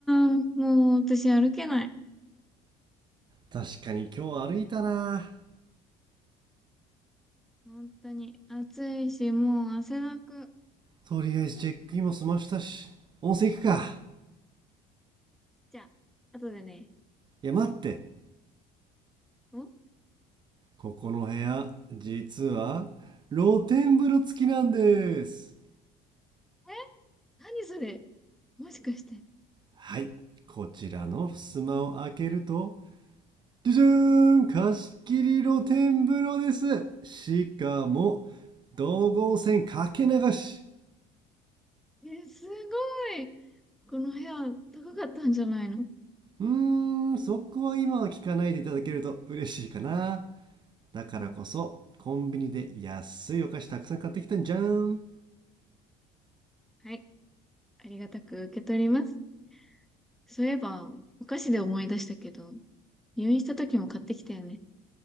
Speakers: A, in the centre; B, on the right (about 30°).
A: もう私歩けない。
B: 確かに今日歩いたなぁ
A: 本当に。暑いし、もう汗だく。
B: とりあえずチェックインも済ましたし、温泉行くか。
A: じゃあ、後でね。
B: いや、待って。
A: お
B: ここの部屋、実は、露天風呂付きなんです。
A: え何それもしかして。
B: はい。こちらの襖を開けると、じゃじゃーん貸し切り露天風呂です。しかも、道後温泉かけ流し。
A: え、すごい。この部屋、高かったんじゃないの
B: うーん、そこは今は聞かないでいただけると嬉しいかな。だからこそ、
A: うん。
B: コンビニで安いお菓子たくさん買ってきたんじゃん。
A: はい。ありがたく受け取ります。そういえば、お菓子で思い出したけど、入院した時も買ってきたよね。